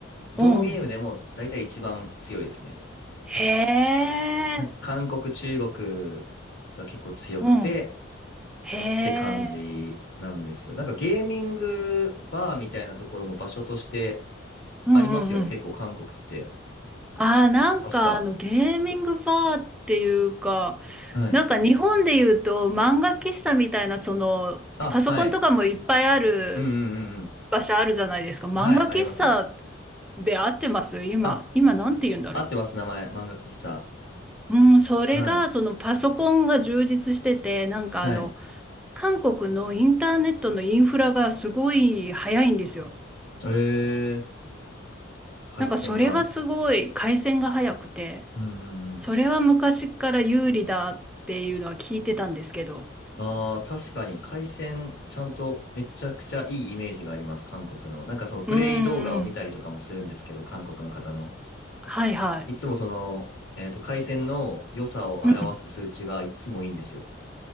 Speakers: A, on the left; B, in the centre.
A: どのゲームでも大体一番強いですね。
B: うん。へえ。
A: なんか韓国、中国が結構強くて
B: うん。へえ。
A: って感じなんですよ。なんかゲーミングバーみたいなところも場所として
B: うんうんうん。
A: ありますよね。結構韓国って。
B: ああ、なんかあのゲーミングバーっていうか、
A: 確か。はい。
B: なんか日本で言うと漫画喫茶みたいな、そのパソコンとかもいっぱいある
A: あ、はい。うんうんうんうん。
B: 場所あるじゃないですか。漫画喫茶
A: はい。ありますあります。
B: で合ってます今、
A: あ、
B: 今なんて言うんだろ
A: 合ってます。名前。漫画喫茶。
B: う。うん、それがそのパソコンが充実してて、
A: はい。
B: なんかあの、
A: はい。
B: 韓国のインターネットのインフラがすごい早いんですよ。
A: えー、海鮮が。
B: なんかそれはすごい回線が早くて。
A: うんうんうん。
B: それは昔から有利だっていうのは聞いてたんですけど。
A: ああ、確かに海鮮、ちゃんとめちゃくちゃいいイメージがあります、韓国の。なんかそのプレイ動画を見たりとかもするんですけど、
B: うんうん。
A: 韓国の方の。
B: はいはい。
A: いつもその、えっと、海鮮の良さを表す数値がいつもいいんですよ。
B: うん。